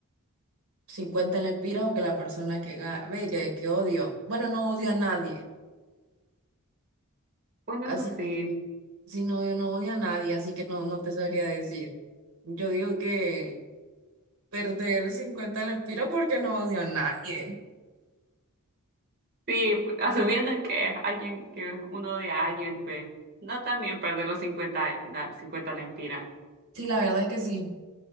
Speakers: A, on the right; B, on the right.
A: 50 lempiras o que la persona que ga- ve que, que odio. Bueno, no odio a nadie,
B: Bueno,
A: así
B: eso sí.
A: que si no, yo no odio a nadie, así que no, no te sabría decir. Yo digo que perder 50 lempiras porque no odio a nadie.
B: Sí, asumiendo que es alguien que uno odia a alguien, pues no también perder los 50, las 50 lempiras.
A: Sí, la verdad es que sí.